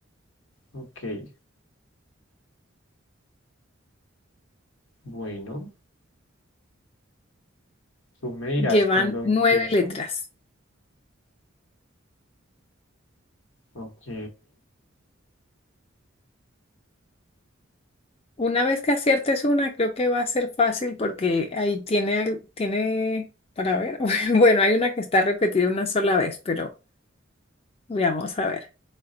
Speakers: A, on the left; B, on the left.
A: Ok. Bueno, tú me dirás
B: llevan
A: cuando empiezo.
B: nueve letras.
A: Ok,
B: Una vez que aciertes una, creo que va a ser fácil porque ahí tiene, al- tiene, para ver, <laughs> bueno, hay una que está repetida una sola vez, pero veamos a ver.